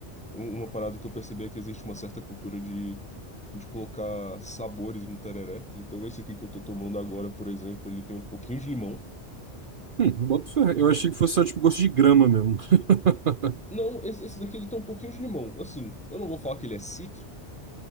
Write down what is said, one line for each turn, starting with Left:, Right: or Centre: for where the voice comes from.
Centre: um- Uma parada que eu percebi é que existe uma certa cultura de, de colocar sabores no tereré. Então esse aqui que eu tô tomando agora, por exemplo, ele tem um pouquinho de limão.
Right: Hum, boto fé. Eu
Centre: É,
Right: achei que fosse só, tipo, gosto de grama mesmo. <laughs>
Centre: não, esse, esse daqui ele tem um pouquinho de limão. Assim, eu não vou falar que ele é cítrico,